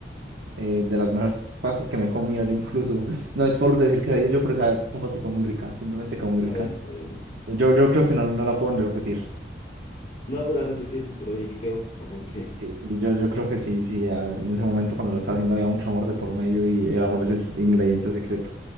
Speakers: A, on the right (about 85°); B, on the left (about 40°).
A: eh, de las mejores pastas que me he comido yo incluso. <laughs> No es por decir que la hice yo, pero esa, esa pasta quedó
B: Ujú.
A: muy rica, simplemente quedó muy
B: Está
A: rica.
B: bien, está bien.
A: Y Yo, yo creo que no, no la puedo ni repetir.
B: No voy a poder repetir de lo bien que quedó o por qué.
A: Sí, sí. Y yo, yo creo que sí, sí, a- en ese momento cuando lo estaba haciendo había mucho amor de por medio y el amor es el ingrediente secreto.